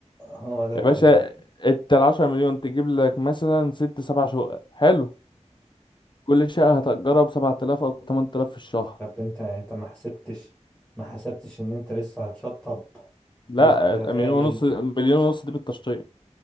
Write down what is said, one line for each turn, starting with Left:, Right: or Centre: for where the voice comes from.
Centre: هو ده
Left: يا
Centre: الكلام
Left: باشا انت ال 10 مليون تجيب لك مثلا ست سبع شقق حلو كل شقه هتأجرها ب 7000 او 8000 في الشهر
Centre: طب انت انت ما حسبتش ما حسبتش ان انت لسه هتشطب
Left: لا
Centre: ولسه هتعمل
Left: مليون ونص مليون ونص دي بالتشطيب